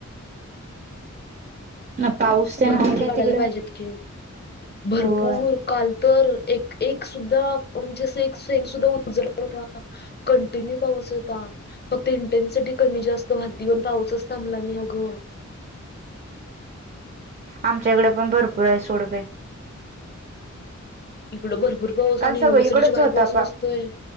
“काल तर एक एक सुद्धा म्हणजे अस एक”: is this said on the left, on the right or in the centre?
Left